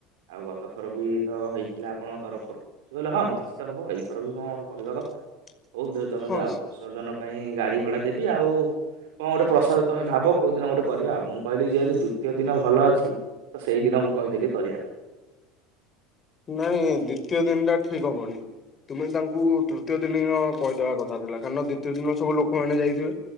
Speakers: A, on the right; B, on the left.
A: ଆଉ ଗତ ଥର ବି ତ ହେଇଥିଲା ଆପଣଙ୍କ ତରଫରୁ ସେ କହିଲେ ହଁ ନିଶ୍ଚିତ ହବ ଏଇଥର ବି କଣ ଗୋଟେ କରିଦବ।
B: <unintelligible>
A: ହଉ <unintelligible> ତମେ
B: ହଁ
A: ଯାଅ ବିସର୍ଜନ ପାଇଁ ଗାଡ଼ି ଭଡ଼ା ଦେବି ଆଉ। କଣ ଗୋଟେ ପ୍ରସାଦ ତମେ ଭାବ କୋଉ ଦିନ ଗୋଟେ କରିବା ଆଉ ମୁଁ କହିଲି ଯେହେତୁ ଦ୍ଵିତୀୟ ଦିନ ଭଲ ଅଛି। ସେଇଦିନ ମୁଁ କହିଥିଲି କରିବା ପାଇଁ।
B: ନାଇଁ ଦ୍ଵିତୀୟ ଦିନ ଟା ଠିକ୍ ହବନି। ତୁମେ ତାଙ୍କୁ ତୃତୀୟ ଦିନିୟ କହିଦବା କଥା ଥିଲା କାରଣ ଦ୍ଵିତୀୟ ଦିନ ସବୁ ଲୋକମାନେ ଯାଇଥିବେ।